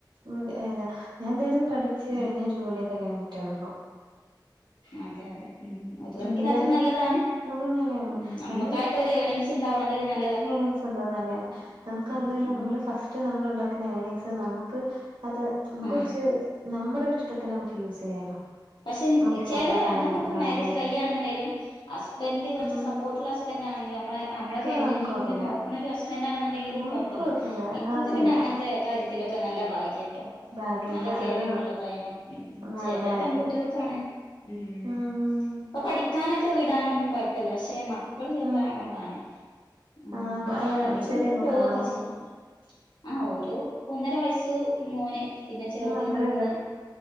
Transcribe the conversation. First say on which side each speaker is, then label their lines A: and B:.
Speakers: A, on the right; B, on the left.
A: ഉം ഏ അല്ല ഞാനെന്തായാലും പഠിച്ച് കഴിഞ്ഞ്
B: ഉം
A: ജോലിയൊക്കെ കഴിഞ്ഞിട്ടേ ഒള്ളൂ
B: അതെയതെ ഉം ഒരു കണക്കിനതും
A: എന്തേലും
B: നല്ലതാണ്
A: അത് നല്ലയാണ്
B: ഉം നമ്മക്കായിട്ടൊരേണിങ്
A: നമ്മള്
B: <inaudible>
A: ഏണിങ്സ് ഉള്ളത് നല്ലതാണ് നമുക്ക് അത്ല്ല
B: ഉം ഉം
A: നമ്മള് ഫസ്റ്റ് നമ്മൾ ഉണ്ടാക്കുന്ന ഏണിങ്സ് നമുക്ക് അത് നമുക്ക്
B: ആഹ്
A: കുറച്ച് നമ്മുടൊരിഷ്ടത്തിന്. നമുക്ക് യൂസ് ചെയ്യാലോ?
B: പക്ഷെ
A: നമുക്ക് ഇഷ്ടമുള്ള
B: ചെല
A: സാധനങ്ങളൊക്കെ
B: നഞമ്മളിപ്പോ
A: വാങ്ങി
B: മാരേജ് കയ്യയാണെന്നുണ്ടെിലും ഹസ്ബൻഡ് കുറച്ച്
A: ഉം
B: സപ്പോർട്ട്ള്ള ഇപ്പോ എന്താെങ്കിൽ നമ്മളൊ നമ്മളെ ഫാമിലിനികൂടി
A: ആഹ് കൊഴപ്പല്ല
B: നോക്കണ ഒരു ഹസ്ബൻറ് ആണെന്നണ്ടെങ്കിലും
A: ഉം
B: കുഴപ്പില്ല.
A: കൊഴപ്പല്ല
B: എനിക്കൊക്കെ
A: അത് ശരിയാ
B: പിന്നെ അങ്ങനത്തെ കാര്യത്തി ചെലർക്ക് നല്ല ഭാഗ്യ കേട്ടോ
A: ഭാഗ്യാണ്
B: നല്ല കെയറിങ്ള്ളതായാലും
A: അത്
B: ഉ
A: നല്ല
B: ചൊ
A: കാര്യം
B: പെൺകുട്ടികൾക്കാണ് ഉം
A: ഉം
B: ഇപ്പൊ പഠിക്കാനൊക്കെ വിടാനൊന്നും കുഴപ്പില്ല. പക്ഷെ മക്കൾ ചെറുതായോണ്ടാണ്.
A: ഉം
B: ഉം
A: ആഹ്
B: അല്ലെങ്കിലൊക്കെ
A: ചെറിയ മക്കളാണോ
B: പോവൊക്കെ ചെയ്യാം. ആഹ് ഒരു ഒന്നര വയസ്സ് മോന് പിന്നെ ചെറുതിന്
A: ഓ അത്രേ
B: മൂന്ന്.